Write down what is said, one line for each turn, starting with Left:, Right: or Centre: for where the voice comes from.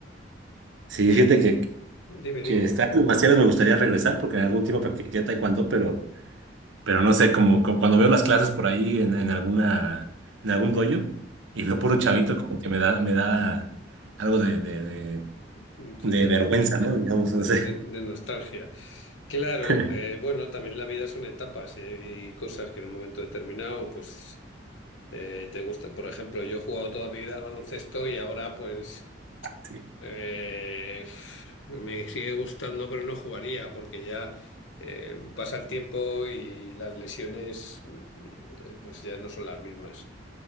Right: Sí,
Left: Y
Right: fíjate que,
Left: dime,
Right: que
Left: dime.
Right: estas artes marciales me gustaría regresar porque en algún tiempo practiqué taekwondo, pero Pero no sé, como, como cuando veo las clases por ahí en, en alguna, en algún dojo y veo
Left: Ujú.
Right: puro chavito, como que me da, me da algo de, de, de,
Left: Sí,
Right: de
Left: ya,
Right: vergüenza, ¿no? Digamos,
Left: de,
Right: no sé.
Left: de- de nostalgia. Claro,
Right: <laughs>
Left: eh, bueno, también la vida son etapas y hay cosas que en un momento determinado, pues, eh, te gusta. Por ejemplo, yo he jugado toda mi vida al baloncesto y ahora, pues,
Right: Sí.
Left: eh, me sigue gustando, pero no jugaría porque ya eh, pasa el tiempo y las lesiones, mm, eh, pues, ya no son las mismas.